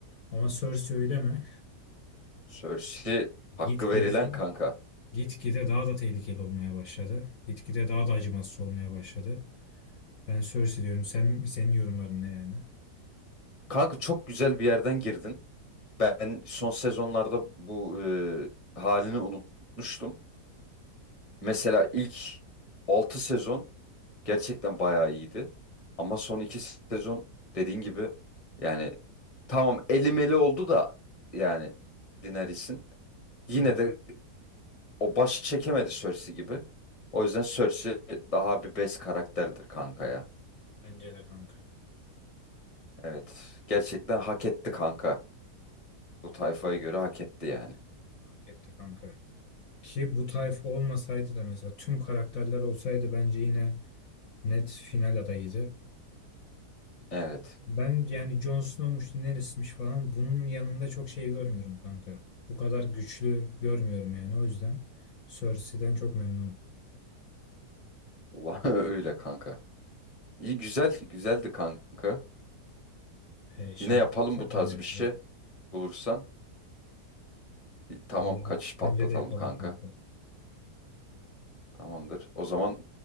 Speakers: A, on the left; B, on the left.
A: Ama Cersei öyle mi?
B: Cersei hakkı
A: Gitgide
B: verilen kanka.
A: gitgide daha da tehlikeli olmaya başladı. Gitgide daha da acımasız olmaya başladı. Ben Cersei diyorum. Sen senin yorumların ne yani?
B: Kanka çok güzel bir yerden girdin. Ben son sezonlarda bu e, halini unutmuştum. Mesela ilk 6 sezon gerçekten bayağı iyiydi. Ama son 2 sezon dediğin gibi yani tamam elimeli oldu da yani Daenerys'in. Yine
A: Evet,
B: de o başı çekemedi Cersei gibi. O yüzden Cersei daha bir best karakterdir kanka ya.
A: bence de kanka.
B: Evet. Gerçekten hak etti kanka. Bu tayfaya göre hak etti yani.
A: Vallahi hak etti kanka. Ki bu tayf olmasaydı da mesela tüm karakterler olsaydı bence yine net final adayıydı.
B: Evet.
A: Ben yani Jon Snow'muş, Daenerys'miş falan bunun yanında çok şey görmüyorum kanka. Bu kadar güçlü görmüyorum yani o yüzden Cersei'den çok memnunum.
B: Vallahi <laughs> öyle kanka. İyi güzel, güzeldi kanka.
A: E, şimdi
B: Yine yapalım
A: kalksak
B: bu tarz
A: mı yani?
B: bir şey
A: Evet.
B: bulursan. Tamam
A: Vallahi
B: kaçış patlatalım
A: bence de yapalım
B: kanka.
A: kanka.
B: Tamamdır. O zaman